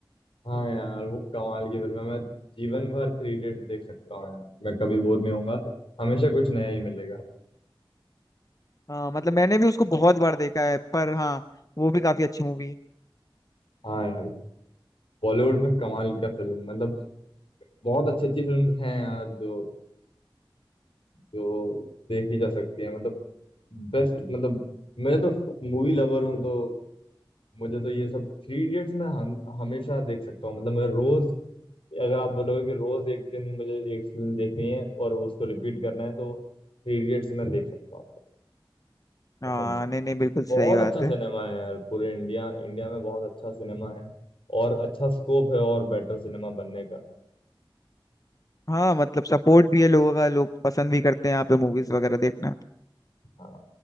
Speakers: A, on the left; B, on the left.
A: हाँ यार वो कमाल की फिल्म है मैं जीवन भर थ्री इडियट देख सकता हूँ यार मैं कभी बोर नहीं होऊंगा हमेशा कुछ नया ही मिलेगा
B: हाँ मतलब मैंने भी उसको बहुत बार देखा है पर हाँ वो भी काफी अच्छी मूवी है
A: हाँ यार बॉलीवुड में कमाल का फिल्म मतलब बहुत अच्छी अच्छी फिल्म हैं यार जो जो देखी जा सकती है मतलब बेस्ट मतलब मैं तो मूवी लवर हूँ तो मुझे तो ये सब थ्री इडियट्स मैं हम, हमेशा देख सकता हूँ मतलब मैं रोज अगर आप बोलोगे कि रोज एक दिन मुझे एक फिल्म देखनी है और उसको रिपीट करना है तो थ्री इडियट्स मैं देख सकता हूँ
B: हाँ
A: कसम से
B: नहीं नहीं बिल्कुल सही
A: बहुत
B: बात
A: अच्छा
B: है
A: सिनेमा है यार पूरे इंडिया इंडिया में बहुत अच्छा सिनेमा है और अच्छा स्कोप है और बेटर सिनेमा बनने का
B: हाँ मतलब सपोर्ट भी है लोगों का लोग पसंद भी करते हैं यहाँ पे मूवीज वगैरह देखना
A: हाँ